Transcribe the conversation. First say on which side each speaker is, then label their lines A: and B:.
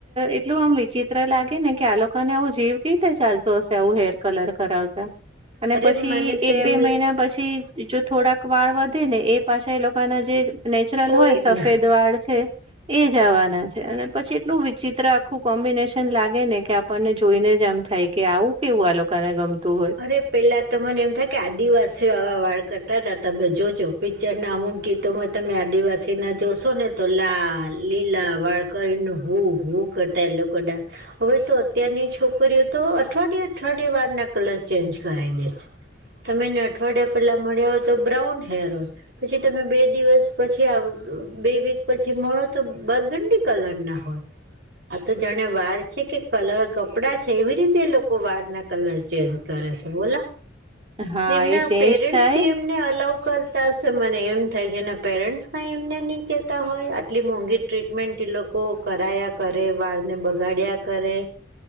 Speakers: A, on the right (about 30°); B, on the right (about 60°).
A: એટલું આમ વિચિત્ર લાગે ને કે આ લોકોને આવું જીવ કવી રીતે ચાલતું હશે આવું હેર કલર કરાવતા અને
B: અરે
A: પછી
B: મને તો
A: એક
B: એમ
A: બે મહિના પછી જો થોડાક વાળ વધે ને એ પાછા એ લોકોના જે નેચરલ
B: ઓરિજનલ
A: હોય સફેદ વાળ છે. એજ આવના છે. અને પછી એટલું વિચિત્ર આખું કોમ્બિનેશન લાગે ને કે આપણને જોઈને જ આમ થાય કે આવું કેવું આ લોકો ને ગમતું હોય
B: અરે પેલા તો મને એમ થાય કે આદિવાસીઓ આવા વાળ કરતા હતા તમે જોજો જેના અમુક ગીતોમાં તમે આદિવાસી ના જોશો ને તો લાલ લીલા વાળ કરીને હું હું કરતા એ લોકોડા હવે તો અત્યારની છોકરીઓ તો અઠવાડિયાે અઠવાડિયાે બાર ના કલર ચેન્જ કરી દે છે. તમેને અઠવાડિયા પેલા મળ્યા હોય તો બ્રાઉન હેર હોય પછી તમે બે દિવસ પછી બે વીક પછી મળો તો બર્ગંડી કલર ના હોય આ તો જાણે વાર છે કે કલર કપડા છે એવી રીતે એ લોકો વાર ના કલર ચ ચેન્જ કરે છે બોલા
A: હા
B: એમના
A: એ ચેન્જ
B: પેરેન્ટ
A: થાય
B: એમને અલાવ કરતા હશે મને એમ થાય છે એના પેરેન્ટ્સ ક એમને નહી કેતા હોય આટલી મોંઘી ટ્રીટમેન્ટ એ લોકો કરાયા કરે વાળને બગાડ્યા કરે